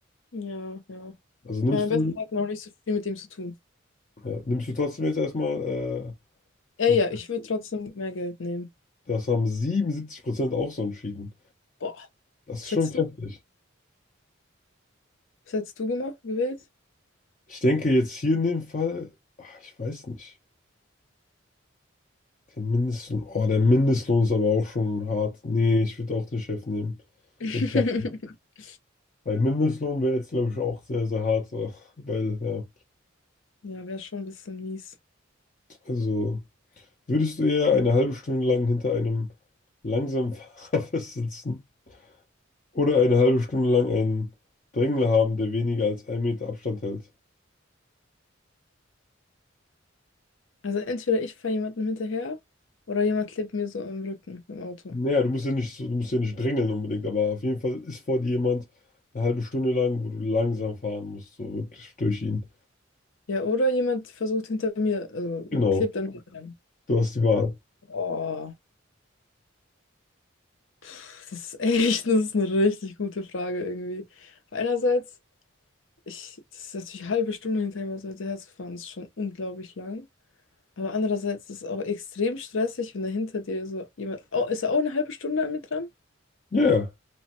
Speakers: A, on the left; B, on the left.
A: Ja, ja.
B: Also nimmst
A: Ich meine, am besten
B: du
A: hat man auch nicht so viel mit dem zu tun.
B: Ja, nimmst du trotzdem jetzt erstmal, äh,
A: Ja,
B: fünf
A: ja, ich würde trotzdem mehr Geld nehmen.
B: das haben 77% auch so entschieden.
A: Boah,
B: Das
A: was
B: ist
A: hättest
B: schon kräftig.
A: du? Was hättest du gemacht, gewählt?
B: Ich denke jetzt hier in dem Fall, ah, ich weiß nicht. Der Mindestlohn, oh, der Mindestlohn ist aber auch schon hart. Nee, ich würde auch den Chef nehmen.
A: <laughs>
B: Den Chef. Weil Mindestlohn wäre jetzt, glaube ich, auch sehr, sehr hart. äh, Weil, ja,
A: Ja, wäre schon ein bisschen mies.
B: also würdest du eher eine halbe Stunde lang hinter einem langsamen <laughs> Fahrer festsitzen oder eine halbe Stunde lang einen Drängler haben, der weniger als einen Meter Abstand hält?
A: Also entweder ich fahre jemandem hinterher oder jemand klebt mir so am Rücken im Auto.
B: Naja, du musst ja nicht, so- du musst ja nicht drängeln unbedingt, aber auf jeden Fall ist vor dir jemand eine halbe Stunde lang, wo du langsam fahren musst, so wirklich durch ihn.
A: Ja, oder jemand versucht hinter mir, also
B: Genau,
A: klebt an mir dran.
B: du hast die Wahl.
A: Oh, pff, das ist echt, <laughs> das ist eine richtig gute Frage irgendwie. Einerseits, ich, das ist natürlich eine halbe Stunde hinter ihm so dem fahren, ist schon unglaublich lang. Aber andererseits ist es auch extrem stressig, wenn da hinter dir so jemand, oh, ist er auch eine halbe Stunde an mir dran?
B: Ja, ja,